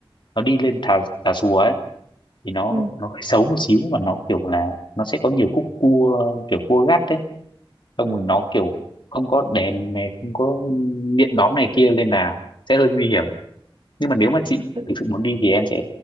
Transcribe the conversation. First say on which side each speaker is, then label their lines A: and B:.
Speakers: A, on the left; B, on the right.
A: nó đi lên Tà Tà Xùa ấy thì nó
B: ừ
A: nó hơi xấu một xíu và nó kiểu là nó sẽ có nhiều khúc cua kiểu cua gắt đấy xong
B: ừ
A: rồi nó kiểu không có đèn này không có điện đóm này kia nên là sẽ hơi nguy hiểm nhưng mà nếu mà chị
B: tự
A: thực sự muốn đi thì em sẽ